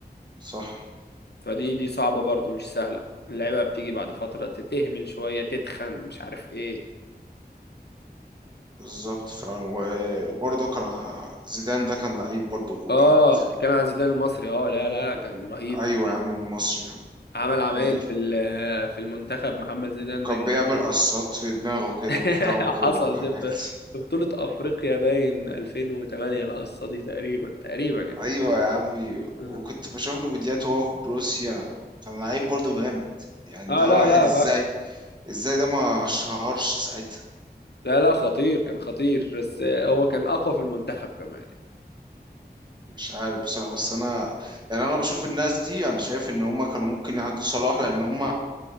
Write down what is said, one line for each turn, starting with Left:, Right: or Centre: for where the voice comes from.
Right: صح
Left: فدي دي صعبه برضو مش سهله اللعيبه بتيجي بعد فتره تتهمل شويه تتخن مش عارف ايه
Right: بالظبط فعلا وبرضه كان ع- زيدان ده كان لعيب برضه
Left: اه
Right: جامد
Left: بتتكلم عن زيدان المصري اه لا لا لا كان رهيب
Right: ايوه
Left: زيدان
Right: يا عم المصري يا عم
Left: عمل عمايل
Right: امال ايه
Left: في ال- في المنتخب محمد زيدان
Right: كان
Left: ده جامد
Right: بيعمل قصات في دماغه كده
Left: <laughs>
Right: وبتاع وكور
Left: حصل
Right: وحاجات
Left: ده في في بطولة افريقيا باين 2008 القصة دي تقريبا تقريبا يعني
Right: <laughs> ايوه يا عمي
Left: اه
Right: وكنت بشوف له فيديوهات وهو في بروسيا كان لعيب برضه جامد يعني
Left: آه،
Right: ده
Left: لا
Right: واحد
Left: لا
Right: ازاي
Left: لا
Right: ازاي ده ما شهرش ساعتها
Left: لا لا خطير كان خطير بس هو كان اقوى في المنتخب كمان يعني.
Right: مش عارف بصراحة بس انا يعني انا بشوف الناس دي انا شايف ان هم كانوا ممكن يعدوا صلاح لان هم